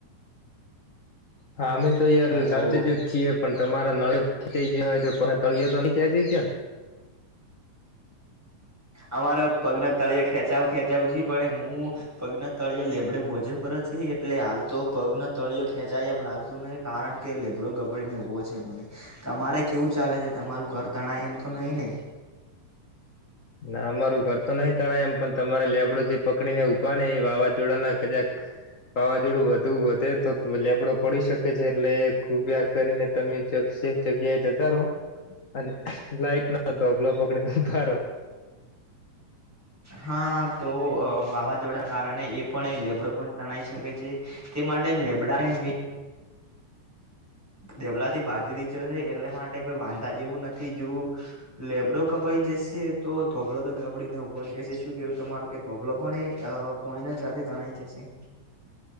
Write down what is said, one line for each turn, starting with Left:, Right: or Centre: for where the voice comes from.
Left: હા અમે તો યાર
Centre: હેલો
Left: સાવચ જે છીએ પણ તમારા નળ થઈ ગ હોય તો તળિયા તો નહી ખ જઈ ગયા ને
Centre: અમારા પગના તળિયા ખેંચાવ ખેંચાવું છ પણ હું પગના તળય લેબડે બોજે પર છે એટલે હાલ તો પગના તળિયો ખેંચાય એમ લાગ ું નહી કારણ કે લેબડો ગબડીને ઉવો છે મને તમારે કેવું ચાલે છે તમારું ઘર તણાય એમ તો નઈિ ને-
Left: ના અમારું ઘર તો નહી તણાય એમ પણ તમારે લેબડો જે પકડીને ઉઊભા ને એ વાવાઝોડાના કજાક વાવાઝોડું વધુ વધે તો લેબડો પડી શકે છે એટલે કૃપિયા કરીને તમેક જગ્યા જતાારો અને લાઈટ નતોલો પકડીને ઉભારો
Centre: હા તો વાવાઝોડાના કારણે એ પણ એ લેબડો તણાઈ શકે છે તે માટે લેબડા મે દેબલા થી બાંધી દીધો છે એટલે માટે કોઈ વાંધા જેવું નથી જોવું લેબડો કપાઈ જશે તો ધોબલો તો ગાબડીને ઊભો જ રહેશે શું કેવું તમારું કે ધોબલો પણ એ પોણીના જ રાતે તણાય જશે